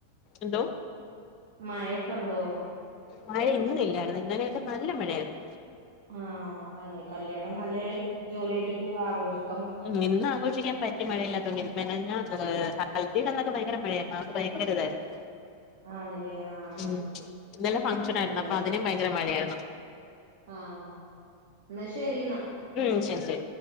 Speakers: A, on the left; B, on the right.
A: എന്തോ
B: മയൊക്കെ ഉണ്ടോ
A: മഴ ഇന്നില്ലായിരുന്നു ഇന്നലെയൊക്കെ നല്ല മഴയാരുന്നു
B: ആഹ് ആനെ കല്യാണം നല്ലേ ജോലിയായിട്ട് പൂവ ആഘോഷിക്
A: ഉം ഇന്നാഘോഷിക്കാൻ പറ്റിയ മഴയില്ലാത്തോണ്ടേ മിനിഞ്ഞാന്ന് ഹൽദിന്നൊക്കെ ഭയങ്കര മഴയാരുന്നു ഭയങ്കരിതായിരുന്നു
B: ആണ്ല്ലേ ആഹ്
A: ഉം ഇന്നലെ ഫംഗഷനായിരുന്നു
B: ഇന്നലെല്ലേ
A: അപ്പം അതിനും ഭയങ്കര മഴയാരുന്നു
B: ആഹ് എന്നാ ശരി എന്നാ
A: ഉം ശരി ശരി